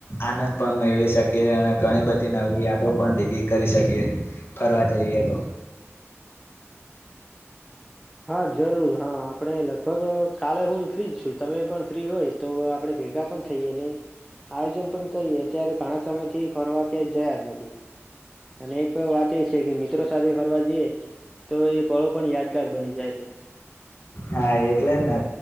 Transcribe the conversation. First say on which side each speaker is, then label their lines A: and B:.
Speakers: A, on the left; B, in the centre.
A: આનંદ પણ મેળવી શકીએ. કીએ અને ઘણી બધી નવી યાદો પણ ભેગી કરી શકીએ, ફરવા જઈએ તો.
B: હા જરૂર હા આપ આપણે લગભગ કાલે હું ફ્રીજ છું તમે પણ ફ્રી હોય તો આપડે ભેગા પણ થઈએ ને, આયોજન પણ કરીએ ત્યારે ઘણા સમય થી ફરવા ક્યાંય જયા જ નથી. અને એક વાત એ છે કે મિત્રો સાથે ફરવા જઈએ, તો એ પળો પણ યાદગાર બની જાય છે.
A: હા એટલે જ ને